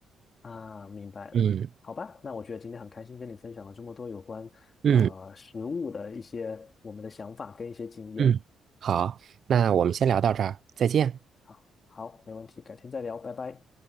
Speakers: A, on the left; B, on the right.
A: 啊。明白了，
B: 嗯
A: 好吧，那我觉得今天很开心跟你分享了这么多有关呃食物的一些我们的想法跟一些经验。
B: 嗯嗯，好，那我们先聊到这儿，再见。
A: 好，好，没问题，改天再聊，拜拜。